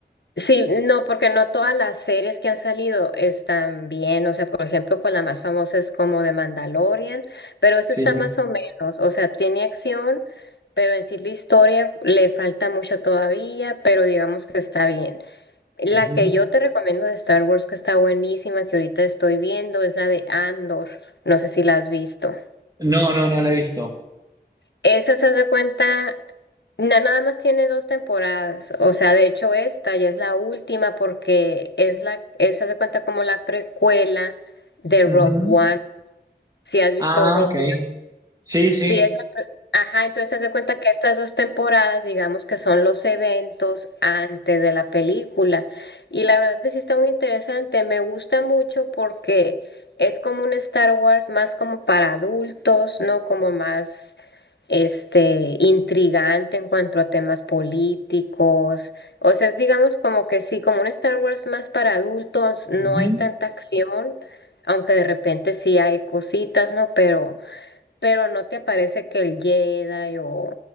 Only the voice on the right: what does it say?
Sí.
Ujú.
No, no, no lo he visto.
Ujú.
Ah,
ok. Sí, sí.
Ujú,